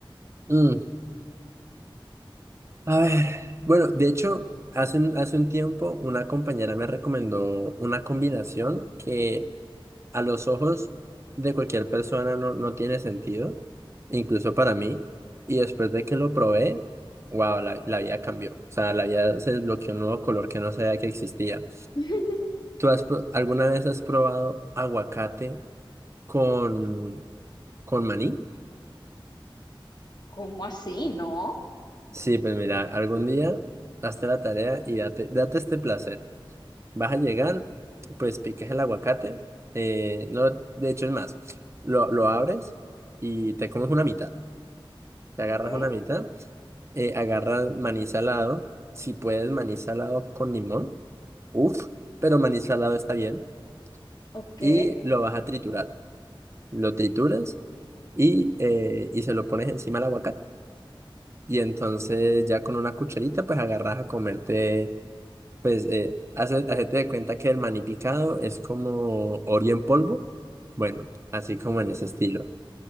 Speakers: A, on the right; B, on the left.
A: mm, a ver, bueno, de hecho, hace un, hace un tiempo una compañera me recomendó una combinación que a los ojos de cualquier persona no, no tiene sentido, incluso para mí. Y después de que lo probé, wow, la, la vida cambió. O sea, la vida se desbloqueó un nuevo color que no sabía que existía.
B: <laughs>
A: ¿Tú has, pro- alguna vez has probado aguacate con, con maní?
B: ¿Cómo así? ¿No?
A: Sí, pues mira, algún día hazte la tarea y date, date este placer. Vas a llegar, pues piques el aguacate. eh, no, de hecho es más, lo, lo abres y te comes una mitad. Te agarras
B: Ok,
A: una mitad, eh, agarras maní salado. Si puedes, maní salado con limón. uff, pero maní salado está bien.
B: ok.
A: Y lo vas a triturar. Lo trituras y, eh, y se lo pones encima al aguacate. Y entonces ya con una cucharita pues agarras a comerte, pues eh, hace- hacete de cuenta que el maní picado es como Oreo en polvo. Bueno, así como en ese estilo.